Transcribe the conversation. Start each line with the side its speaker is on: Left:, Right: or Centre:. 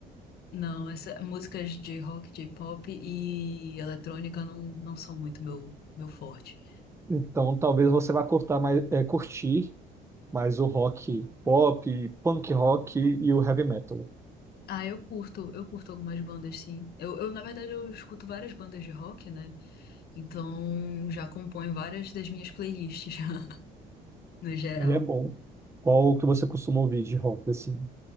Left: não, essa, músicas de rock, de pop e eletrônica não, não são muito meu, meu forte.
Right: Então, talvez você vá curtar mais, é, curtir mais o rock pop, punk rock e o heavy metal.
Left: Ah, eu curto, eu curto algumas bandas, sim. Eu, eu, na verdade, eu escuto várias bandas de rock, né? Então, já compõe várias das minhas playlists, <laughs> já, no geral.
Right: Aí é bom. Qual que você costuma ouvir de rock, assim?